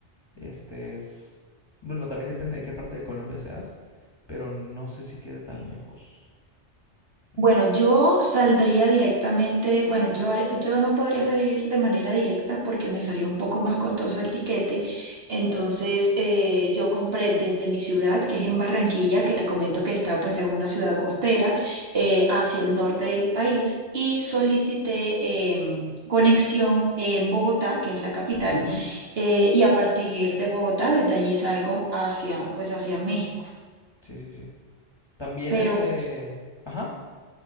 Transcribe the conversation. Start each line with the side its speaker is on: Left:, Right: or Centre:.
Left: este es bueno, también depende de qué parte de Colombia seas, pero no sé si quede tan lejos.
Right: Bueno,
Left: Es-
Right: yo saldría directamente, bueno, yo, har- yo no podría salir de manera directa porque me salía un poco más costoso el tiquete. Entonces, eh, yo compré desde mi ciudad, que es en Barranquilla, que te comento que está pues en una ciudad costera, eh, hacia el norte del país y solicité em, conexión en Bogotá, que es la capital,
Left: Ujú,
Right: eh, y a partir de Bogotá, desde allí salgo hacia, pues hacia México.
Left: Sí, sí, sí. También
Right: Pero
Left: este,
Right: pues,
Left: ajá.